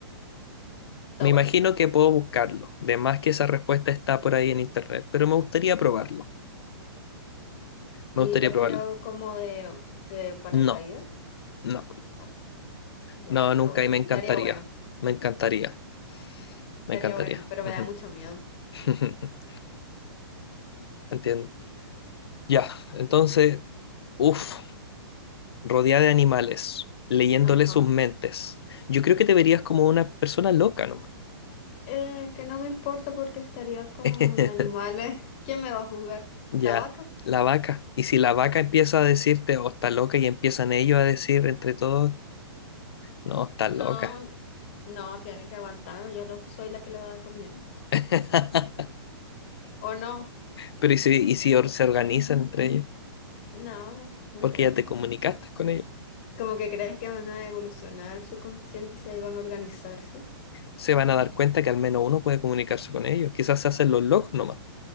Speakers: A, on the left; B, on the left.
A: está
B: Me
A: bueno.
B: imagino que puedo buscarlo. De más que esa respuesta está por ahí en internet, pero me gustaría probarlo.
A: ¿Y
B: Me gustaría
A: te has
B: probarlo.
A: tirado como de, de paracaídas?
B: No, no,
A: Ah, ya,
B: no,
A: está
B: nunca
A: bueno.
B: y me encantaría.
A: Estaría bueno,
B: Me encantaría,
A: estaría
B: me encantaría.
A: bueno, pero
B: Ujú.
A: me da mucho miedo.
B: <laughs> Entiendo. Ya, entonces, uff, rodeada de animales, leyéndole
A: Ajá.
B: sus mentes. Yo creo que te verías como una persona loca nomás.
A: Eh, que no me importa porque estaría con
B: <laughs>
A: animales. <laughs> ¿Quién me va a juzgar?
B: Ya,
A: ¿La vaca?
B: la vaca. Y si la vaca empieza a decirte, oh, está loca, y empiezan ellos a decir entre todos, no, está loca.
A: No, no, tienen que aguantar. Yo lo- soy la que le va a dar comida.
B: <laughs>
A: ¿O no?
B: Pero ¿y si, y si or- se organizan entre ellos?
A: No, no
B: Porque
A: creo.
B: ya te comunicaste con ellos.
A: Como que crees que van a evolucionar su conciencia y van a organizarse.
B: se van a dar cuenta que al menos uno puede comunicarse con ellos. Quizás se hacen los locos nomás.